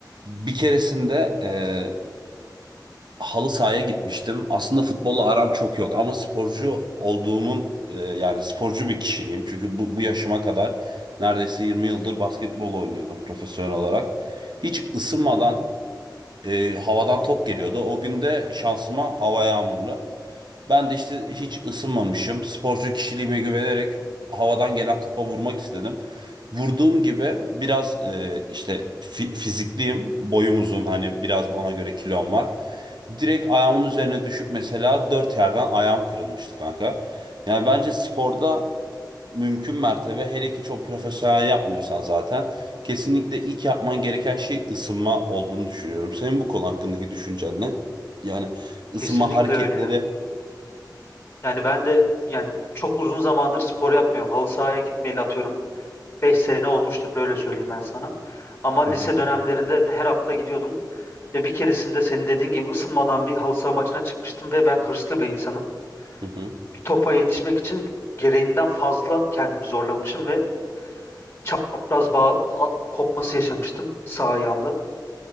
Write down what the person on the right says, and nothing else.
Bir keresinde e, halı sahaya gitmiştim. Aslında futbolla aram çok yok ama sporcu olduğumun e, yani sporcu bir kişiliğim. Çünkü bu, bu yaşıma kadar neredeyse 20 yıldır basketbol oynuyordum profesyonel olarak. Hiç ısınmadan e, havadan top geliyordu. O gün de şansıma hava yağmurlu. Ben de işte hiç ısınmamışım. Sporcu kişiliğime güvenerek havadan gelen topa vurmak istedim. Vurduğum gibi biraz e, işte fi- fizikliyim. Boyum uzun hani biraz ona göre kilom var. Direkt ayağımın üzerine düşüp mesela dört yerden ayağım kırılmıştı kanka. Yani bence sporda mümkün mertebe hele ki çok profesyonel yapmıyorsan zaten kesinlikle ilk yapman gereken şey ısınma olduğunu düşünüyorum. Senin bu konu hakkındaki düşüncen ne? Yani ısınma
hareketleri
Hı hı.
Hı hı.